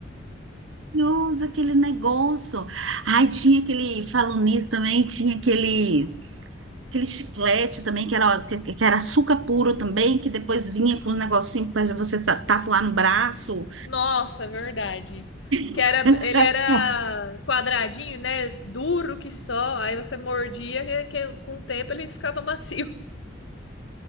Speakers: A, on the right; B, on the left.
A: Maravilhoso aquele negócio. Ai, tinha aquele, falando nisso também, tinha aquele aquele chiclete também que era, que, que era açúcar puro também, que depois vinha com um negocinho para você ta- tatuar no braço.
B: Nossa, verdade. Que
A: <laughs>
B: era, ele era quadradinho, né? Duro que só. Aí você mordia que, que com o tempo ele ficava macio.